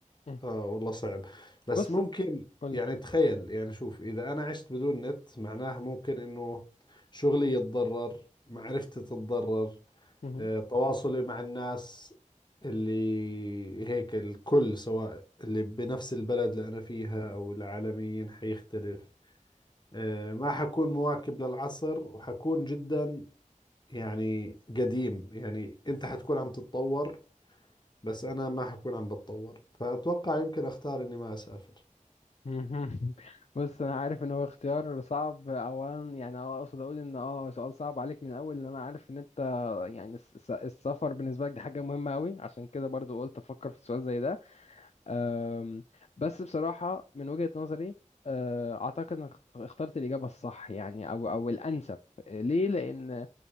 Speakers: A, on the left (about 55°); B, on the left (about 35°).
A: م.
B: اه والله صعب بس
A: بص
B: ممكن
A: قولي
B: يعني تخيل يعني شوف اذا انا عشت بدون نت معناها ممكن انه شغلي يتضرر معرفتي تتضرر
A: مهم.
B: آه، تواصلي مع الناس اللي هيك الكل سواء اللي بنفس البلد اللي انا فيها او العالميين حيختلف آه، ما حكون مواكب للعصر وحكون جدا يعني قديم يعني انت حتكون عم تتطور بس انا ما حكون عم بتطور فاتوقع يمكن اختار اني ما اسافر
A: مهم. <laughs> بص انا عارف ان هو اختيار صعب اولا يعني اه اقصد اقول ان اه سؤال صعب عليك من الاول لان انا عارف ان انت يعني الس- الس- السفر بالنسبه لك دي حاجه مهمه قوي عشان كده برضو قلت افكر في سؤال زي ده أم، بس بصراحه من وجهه نظري أه، اعتقد انك اخت- اخترت الاجابه الصح يعني او او الانسب ليه لان